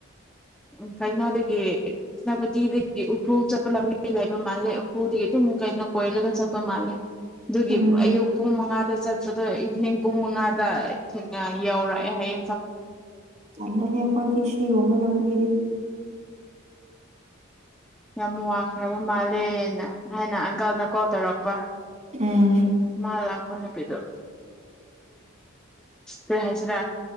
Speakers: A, in the centre; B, on the right.
A: ꯎ ꯀꯩꯅꯣꯗꯒꯤ ꯁꯦꯅꯥꯄꯇꯤꯗꯒꯤ ꯎꯈ꯭ꯔꯨꯜ ꯆꯠꯄ ꯂꯝꯕꯤ ꯂꯩꯕ ꯃꯥꯜꯂꯦ ꯎꯈ꯭ꯔꯨꯗꯒꯤ ꯑꯗꯨꯝ ꯀꯩꯅꯣ ꯀꯣꯏꯔꯒ ꯆꯠꯄ ꯃꯥꯜꯂꯦ ꯑꯗꯨꯒꯤ
B: ꯎꯝ
A: ꯑꯌꯨꯛ ꯄꯨꯡ ꯃꯉꯥꯗ ꯆꯠ ꯏꯚ ꯄ ꯗ ꯊ ꯌꯥꯎꯔꯦ ꯑꯦꯍꯌꯦ
B: ꯑꯍꯦ ꯍꯣꯏꯗꯤꯁ ꯁꯤꯤꯒꯨꯝꯕ ꯂꯝꯕꯤꯗꯤ
A: ꯌꯥꯝ ꯋꯥꯈ꯭ꯔꯕ ꯃꯥꯜꯂꯦꯅ ꯍꯥꯏꯅ ꯑꯪꯀꯜꯅ ꯀꯣꯜ ꯇꯧꯔꯛꯄ
B: ꯎꯝ
A: ꯃꯥꯄꯅꯦ ꯄ ꯀꯩ ꯍꯥꯏꯁꯤꯔꯥ